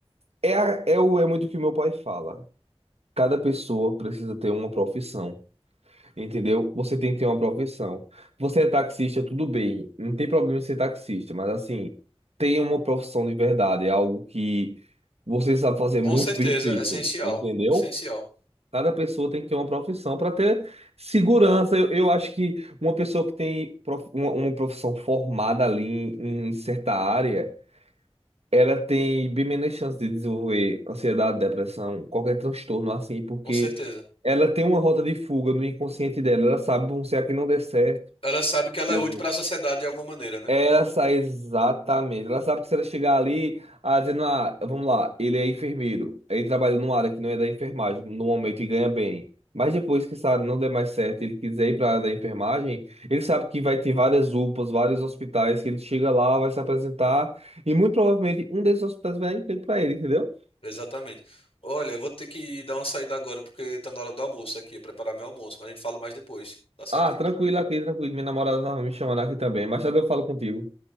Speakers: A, on the right (about 80°); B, on the left (about 65°).
A: é, a- é, o, é muito o que meu pai fala. Cada pessoa precisa ter uma profissão, entendeu? Você tem que ter uma profissão. Você é taxista, tudo bem. Não tem problema em ser taxista, mas assim, tenha uma profissão de verdade. É algo que você sabe fazer muito
B: Com certeza,
A: bem feito,
B: é essencial,
A: entendeu?
B: essencial,
A: Cada pessoa tem que ter uma profissão para ter segurança. Eu, eu acho que uma pessoa que tem prof- uma, uma profissão formada ali em, em certa área, ela tem bem menos chance de desenvolver ansiedade, depressão, qualquer transtorno assim, porque
B: com certeza.
A: ela tem uma rota de fuga no inconsciente dela. Ela sabe, bom, se aqui não der certo,
B: Ela sabe que ela
A: eu
B: é útil
A: vou.
B: para a sociedade de alguma maneira, né?
A: Ela sai exatamente. Ela sabe que se ela chegar ali, ah, dizendo, ah, vamos lá, ele é enfermeiro, ele trabalha numa área que não é da enfermagem no momento e ganha bem. Mas depois que essa área não der mais certo, ele quiser ir para a área da enfermagem, ele sabe que vai ter várias UPAs, vários hospitais, que ele chega lá, vai se apresentar, e muito provavelmente um desses hospitais vai dar emprego para ele, entendeu?
B: Exatamente. Olha, eu vou ter que dar uma saída agora porque tá na hora do almoço aqui, eu preparar meu almoço, mas a gente fala mais depois, tá certo?
A: Ah, tranquilo aqui, tranquilo, minha namorada tava me chamando aqui também. Mais tarde eu falo contigo.